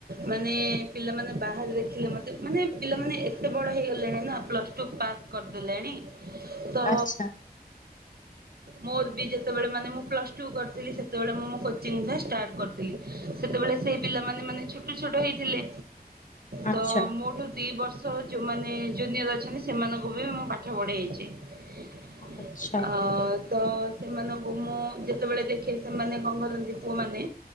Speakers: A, on the right; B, on the left.
A: ମାନେ ପିଲାମାନେ ବାହାରେ ଦେଖିଲେ ମତେ ମାନେ ପିଲାମାନେ ଏ ତେ ବଡ ହେଇଗଲେଣି ନା ପ୍ଲସ୍ ଟୁ ପାସ୍ କରିଦେଲେଣି ତ
B: ଆଚ୍ଛା
A: ମୋର ବି ଯେତବଳେ ମାନେ ମୁଁ ପ୍ଲସ ଟୁ କରିଥିଲି ସେତବଳେ ମୁଁ ମୋ କୋଚିଂ ଟା ଷ୍ଟାର୍ଟ କରିଥିଲି ସେତେବେଳେ ସେଇ ପିଲାମାନେ ମାନେ ଛୋଟ ଛୋଟ ହେଇଥିଲେ।
B: ଆଚ୍ଛା
A: ତ ମୋ ଠୁ ଦି ବର୍ଷ ଯୋଉମାନେ ଜୁନିୟର ଅଛନ୍ତି ସେମାନଙ୍କୁ ବି ମୁଁ ପାଠ ପଢେଇଚି। ଅ
B: ଆଚ୍ଛା
A: ତ ସେମାନଙ୍କୁ ମୁଁ ଯେତେବେଳେ ଦେଖେ ସେମାନେ କଣ କରନ୍ତି ପୁଅମାନେ